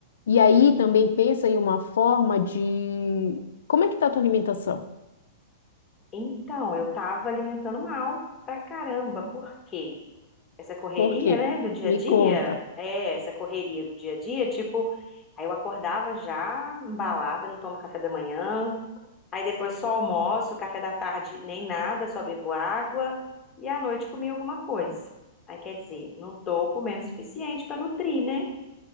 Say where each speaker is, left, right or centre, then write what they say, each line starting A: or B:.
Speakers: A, on the left; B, on the left.
A: E aí também pensa em uma forma de... Como é que tá a tua alimentação?
B: Então, eu tava alimentando mal pra caramba, por quê? Essa correria,
A: Por quê?
B: né, do dia
A: Me
B: a dia,
A: conta.
B: é, essa correria do dia a dia, tipo, aí eu acordava já embalada, não tomo café da manhã, Aí depois só almoço, café da tarde nem nada, só bebo água e à noite comi alguma coisa. Aí quer dizer, não tô comendo o suficiente para nutrir, né?